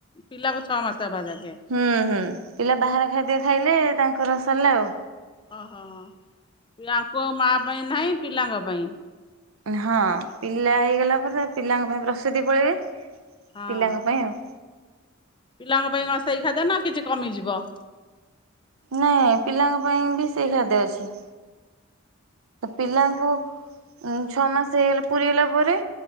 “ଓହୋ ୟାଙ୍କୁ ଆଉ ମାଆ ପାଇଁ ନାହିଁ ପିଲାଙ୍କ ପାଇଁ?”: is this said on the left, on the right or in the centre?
Left